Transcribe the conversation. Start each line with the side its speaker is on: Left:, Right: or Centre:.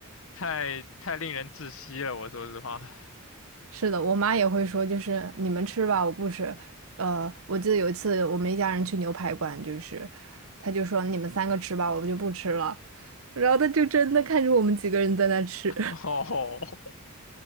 Left: 太太令人窒息了，我说实话。
Right: 是的，我妈也会说，就是你们吃吧，我不吃。呃，我记得有一次我们一家人去牛排馆，就是她就说你们三个吃吧，我就不吃了。然后她就真的看着我们几个人在那吃。
Left: 哦，<laughs>